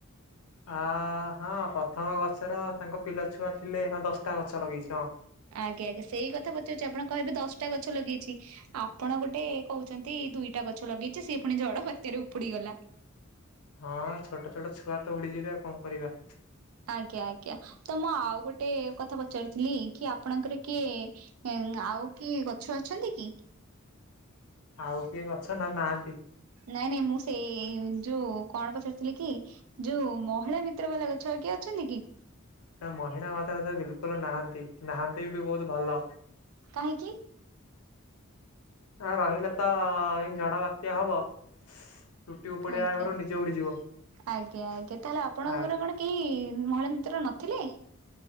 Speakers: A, on the left (about 90°); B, on the right (about 75°).
A: ଆ ହଁ ପ୍ରଥମ ଗଛର ତାଙ୍କ ପିଲା ଛୁଆ ଥିଲେ ହଁ ଦଶ୍ ଟା ଗଛ ଲଗେଇଛି ହଁ।
B: ଆଜ୍ଞା ଆଜ୍ଞା ସେଇ କଥା ପଚାରୁଛି ଆପଣ କହିବେ ଦଶ ଟା ଗଛ ଲଗେଇଛି। ଆପଣ ଗୋଟେ କହୁଛନ୍ତି ଦୁଇଟା ଗଛ ଲଗେଇଚ ସେ ଫୁଣି ଜଡ ବାତ୍ୟାରେ ଉପୁଡିଗଲା
A: ହଁ ଛୋଟ ଛୋଟ ଛୁଆ ତ ଉଡିଯିବେ ଆଉ କଁ କରିବା।
B: ଆଜ୍ଞା ଆଜ୍ଞା ତ ମୁଁ ଆଉ ଗୋଟେ କଥା ପଚାରୁିଥିଲି କି ଆପଣଙ୍କର କିଏ। ନାଇଁ ଆଉ କି ଆଉ କିଏ ଗଛ ଅଛନ୍ତି କି?
A: ଆଉ କିଏ ଗଛ ନା ନାହାନ୍ତି।
B: ନାଇଁ ନାଇଁ ମୁଁ ସେଇ ଯୋଉ କଣ ପଚାରୁଥିଲି କି। ଯୋଉ ମହିଳା ମିତ୍ର ବାଲା ଗଛ ଆଉ କିଏ ଅଛନ୍ତି କି?
A: ନା ମହିଳା ମାତା ଫାତା ବିଲକୁଲ ନାହାନ୍ତି ନାହାନ୍ତି ବି ବହୁତ ଭଲ।
B: କାହିଁକି?
A: ଆଁ ରହିଲେ ତ ଇନ୍ତି ଝଡ ବାତ୍ୟା ହବ। ଚୁଟି ଉପୁଡିବା
B: ଆଜ୍ଞା
A: ଆଗରୁ ନିଜେ ଉଡିଯିବ।
B: ଆଜ୍ଞା ଆଜ୍ଞା ତାହେଲେ ଆପଣଙ୍କର
A: ଆ
B: କଣ? କେହି ମହିଳା ମିତ୍ର ନଥିଲେ।